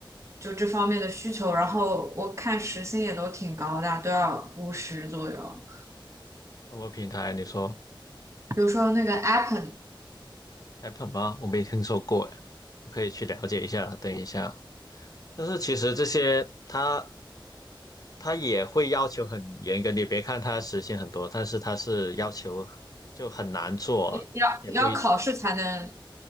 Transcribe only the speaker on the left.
什么平台？你说。
Apple 吗？我没听说过诶，我可以去了解一下。等一下，但是其实这些它它也会要求很严格，你别看它实现很多，但是它是要求就很难做，
也不一，